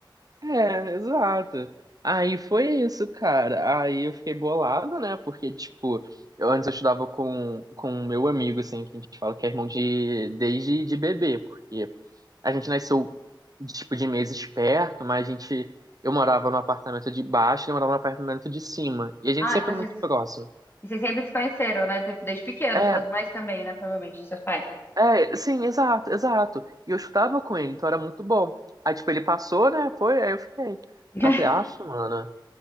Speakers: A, on the right; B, on the left.
A: É, exato. Aí foi isso, cara. Aí eu fiquei bolado, né? Porque, tipo, eu antes eu estudava com, com um meu amigo, assim, que a gente fala que é irmão de, desde de bebê, porque a gente nasceu, tipo, de meses perto, mas a gente, eu morava no apartamento de baixo, ele morava no apartamento de cima. E a gente
B: Ah,
A: sempre
B: então
A: é
B: você
A: muito próximo.
B: E vocês sempre se conheceram, né? Tipo, Desde pequeno,
A: É,
B: suas mães também, né? Provavelmente, seus pais.
A: é, sim, exato, exato. E eu estudava com ele, então era muito bom. Aí, tipo, ele passou, né? Foi, aí eu fiquei.
B: <laughs>
A: Aí eu falei, aff, mano.